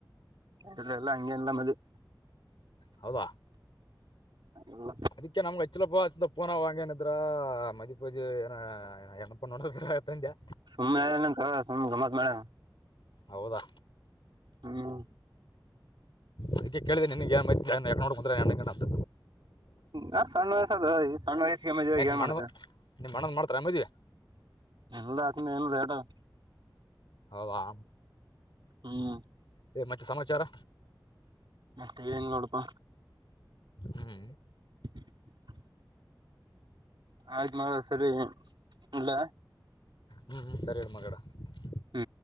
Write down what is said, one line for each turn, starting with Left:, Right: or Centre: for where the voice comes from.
Right: ಇಲ್ಲ ಎಲ್ಲ ಹಂಗೇಲ್ಲ ಮದುವಿ
Left: ಹೌದಾ
Right: ಇಲ್ಲ
Left: ಅದಕ್ಕೆ ನಮ್ಗ ಹಚ್ಚಿಲಪ್ಪಾ ಪೋನವಾನಿದ್ರಾ ಮದ್ವಿ ಪದ್ವಿ ಹೆಣ್ಣ ಪಣ್ಣ ನೋಡಿದರಾತೆಂದಾ
Right: ಸುಮ್ನೆ ನಿನಗ ಸುಮ್ಮ ಗಮ್ಮತ ಮಾಡ್ಯಾನ
Left: ಹೌದಾ
Right: ಹ್ಮ
Left: ಅದಕ್ಕೆ ಕೇಳಿದೆ ನಿನಿಗೆ ಚೆನೈಗ ನೋಡ್ ಬಂದ್ರ ಹೆಣ್ಣ ಗಿಣ್ಣ ಅಂತ
Right: ಇನ್ನಾ ಸಣ್ಣ ವಯಸದೊ ಸಣ್ಣ ವಯಸಿಗೆ ಮದವಿಯಾಗಿ
Left: ಏ
Right: ಏನ
Left: ನಿಮ್ಮ
Right: ಮಾಡುತ್ತಿ
Left: ಅಣ್ಣ ನಿಮ್ಮ ಅಣ್ಣನ ಮಾಡ್ತಾರೆ ಮದುವೆ
Right: ಎಲ್ಲಾ ಅಂತಂದು ಇನ್ನಾ ಎಲ್ಲ ಲೇಟಾದ
Left: ಹೌದಾ
Right: ಹ್ಮ್
Left: ಏ ಮತ್ತೆ ಸಮಾಚಾರ
Right: ಮತ್ತೆ ಏನಿಲ್ಲ ನೋಡಪಾ
Left: ಹ್ಮ
Right: <unintelligible> ಆಯ್ತ್ ಮಗ ಸರಿ ಇಡ್ಲಾ
Left: ಹ್ಮ್ ಹ್ಮ ಸರಿ ಇಡ ಮಗ ಇಡ
Right: ಹ್ಮ್